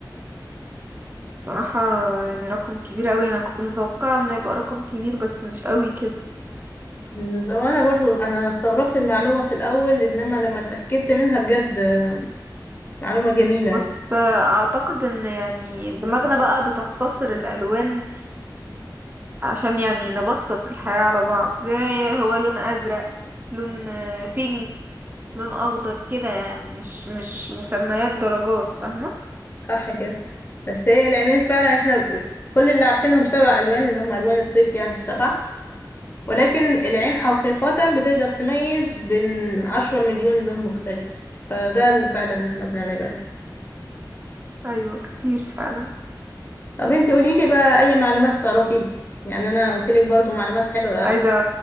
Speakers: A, on the right; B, on the left.
A: بصراحة يعني رقم كبير قوي انا كنت متوقعة انه يبقى رقم كبير بس مش قوي كده
B: زي- وأنا برضو أنا استغربت المعلومة في الأول إنما لما اتأكدت منها بجد آه، معلومة جميلة يعني
A: بس آه، اعتقد ان يعني دماغنا بقى بتختصر الالوان عشان يعني نبسط الحياة على بعض زي هو لون ازرق لون بينك لون اخضر كده يعني مش مش مسميات درجات فاهمة
B: صح كده بس هي العينين فعلا احنا كل اللي عارفينهم سبع ألوان اللي هم ألوان الطيف يعني السبع ولكن العين حقيقة بتقدر تميز بين عشرة مليون لون مختلف فده اللي فعلا احنا بنعمله هنا
A: ايوه كتير فعلا
B: طب انت قوليلي بقى اي معلومات تعرفيها يعني انا قلتلك برضو معلومات حلوة آه،
A: عايزة